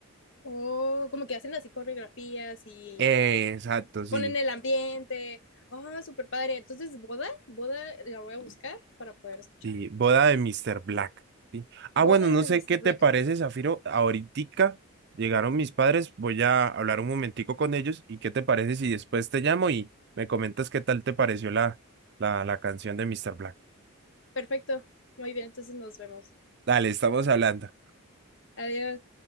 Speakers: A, on the left; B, on the right.
A: O como que hacen así coreografías y
B: Eh, exacto, sí,
A: ponen el ambiente. Oh, súper padre. Entonces, boda, boda la voy a buscar para poder escucharla.
B: sí, boda de Mr. Black, ¿sí? Ah,
A: Boda
B: bueno, no
A: de
B: sé
A: Mr.
B: qué te
A: Black.
B: parece, Zafiro, ahoritica llegaron mis padres, voy a hablar un momentico con ellos y qué te parece si después te llamo y me comentas qué tal te pareció la, la, la canción de Mr. Black.
A: Perfecto. Muy bien, entonces nos vemos.
B: Dale, estamos hablando.
A: Adiós.